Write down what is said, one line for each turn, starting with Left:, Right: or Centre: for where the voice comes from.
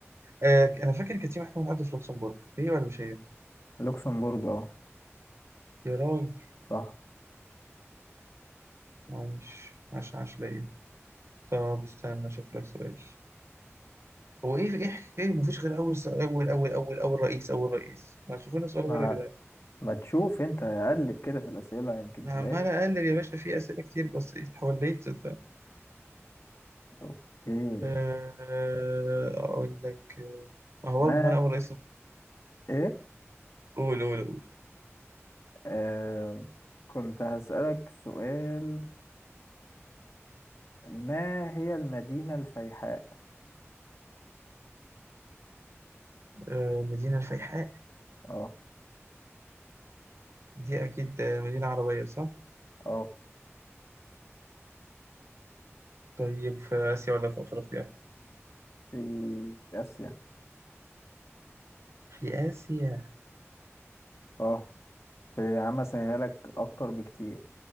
Right: آه، أنا فاكر كانت في محكمة عدل في لوكسمبورغ هي ولا مش هي؟
Left: لوكسمبورج أه
Right: يا راجل
Left: صح
Right: عايش عاش عاش ليا طب استنى أشوف لك سؤال هو إيه إيه حكاية مفيش غير أول س- أول أول أول أول رئيس أول رئيس ما تشوفونا سؤال
Left: ما
Right: غير كده
Left: ما تشوف أنت قلب كده في الأسئلة يمكن
Right: أنا
Left: تلاقي
Right: عمال أقلب يا باشا في أسئلة كتير بس حوليت صدق
Left: أوكي
Right: آه، أقول لك آه، ما هو
Left: ما
Right: برضه من أول رئيس
Left: إيه
Right: قول قول
Left: آه كنت هسألك سؤال ما هي المدينة الفيحاء
Right: آه، مدينة الفيحاء
Left: اه
Right: دي أكيد آه، مدينة عربية صح؟
Left: اه
Right: طيب في آسيا ولا في أفريقيا؟
Left: في آسيا
Right: في آسيا
Left: اه في يا عم أسهلها لك أكتر بكتير